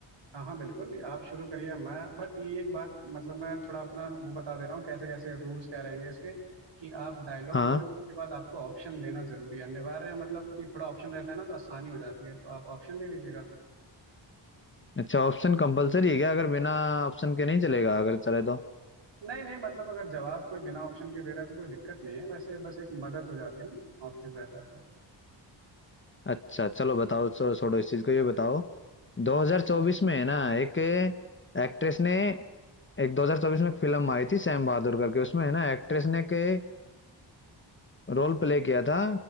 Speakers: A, on the right (about 65°); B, on the left (about 25°).
A: हाँ हाँ बिल्कुल आप शुरू करिए मैं बट ये एक बात मतलब मैं थोड़ा अपना वो बता दे रहा हूँ कैसे कैसे रूल्स क्या रहेंगे इसके कि आप डायलॉग
B: हाँ
A: बोलोगे उसके बाद आपको ऑप्शन देना जरूरी है अनिवार्य है, मतलब कि थोड़ा ऑप्शन रहता है ना तो आसानी हो जाती है तो आप ऑप्शन दे दीजिएगा
B: अच्छा ऑप्शन कंपलसरी है क्या अगर बिना ऑप्शन के नहीं चलेगा अगर चले तो
A: नहीं नहीं मतलब अगर जवाब कोई बिना ऑप्शन के दे रहा है तो कोई दिक्कत नहीं है वैसे बस एक मदद हो जाती है ना ऑप्शन रहता है तो
B: अच्छा चलो बताओ चलो छोड़ो इस चीज को ये बताओ 2024 में है ना एक एक्ट्रेस ने एक 2024 में एक फिल्म आई थी सैम बहादुर करके उसमें है ना एक्ट्रेस ने के रोल प्ले किया था